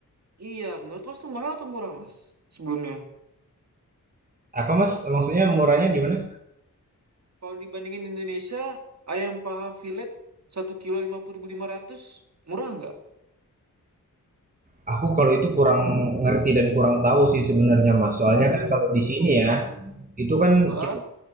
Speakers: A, on the right (about 50°); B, on the right (about 25°).
A: Iya, menurut Mas tuh mahal atau murah, Mas? Sebelumnya.
B: Apa mas maksudnya murahnya gimana?
A: Kalau dibandingin di Indonesia, ayam paha filet satu kilo lima lima puluh ribu lima ratus, murah nggak?
B: Aku kalau itu kurang ngerti dan kurang tahu sih sebenarnya mas. Soalnya
A: Oh,
B: kan kalau di sini
A: I
B: ya
A: see.
B: itu kan
A: Hah?
B: kita